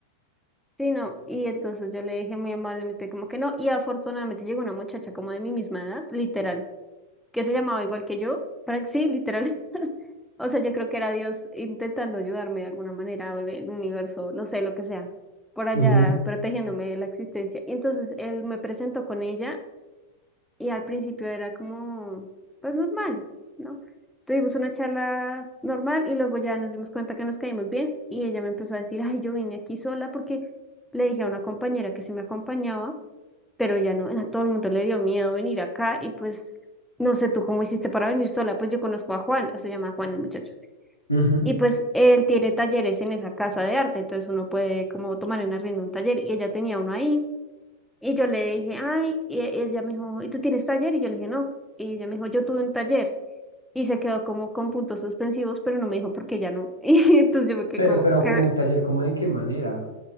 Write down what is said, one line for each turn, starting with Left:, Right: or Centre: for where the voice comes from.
Centre: Sí, no, y entonces yo le dije muy amablemente como que no, y afortunadamente llegó una muchacha como de mi misma edad, literal, que se llamaba igual que yo, para sí, literal, <laughs> o sea, yo creo que era Dios intentando ayudarme de alguna manera, o el el universo, no sé, lo que sea, por allá
Left: Ujú.
Centre: protegiéndome de la existencia. Y entonces él me presentó con ella y al principio era como, pues normal, ¿no? Tuvimos una charla normal y luego ya nos dimos cuenta que nos caímos bien y ella me empezó a decir, ay, yo vine aquí sola porque le dije a una compañera que se me acompañaba, pero ya no, a todo el mundo le dio miedo venir acá y pues no sé tú cómo hiciste para venir sola, pues yo conozco a Juan, se llama Juan el muchacho este.
Left: Ujú.
Centre: Y pues él tiene talleres en esa casa de arte, entonces uno puede como tomar en arriendo un taller y ella tenía uno ahí y yo le dije, ay, y e- ella me dijo, ¿y tú tienes taller? Y yo le dije, no. Y ella me dijo, yo tuve un taller. Y se quedó como con puntos suspensivos, pero no me dijo por qué ya no. <laughs> Y entonces yo me quedé
Left: Pero,
Centre: como,
Left: pero
Centre: ¿qué?
Left: como un taller, ¿cómo de qué manera?